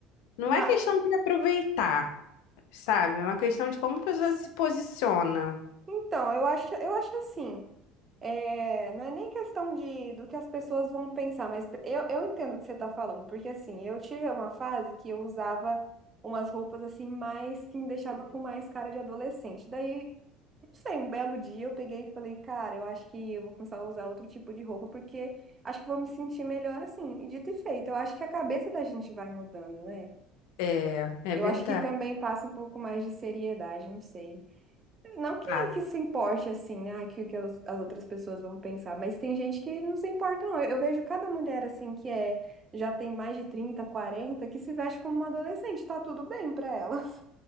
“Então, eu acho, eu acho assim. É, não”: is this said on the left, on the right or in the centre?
Right